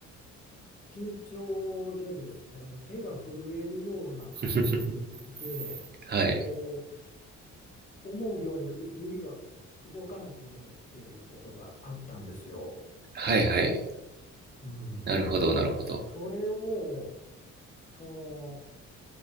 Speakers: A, on the left (about 25°); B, on the right (about 35°).
A: 緊張でですね、もう手が震えるような感じで、
B: <laughs> はい、
A: こう、思うようにう指が動かなくなるっていうことがあったんですよ。
B: はい、はい、
A: うん。
B: なるほど、なるほど。
A: それを、その、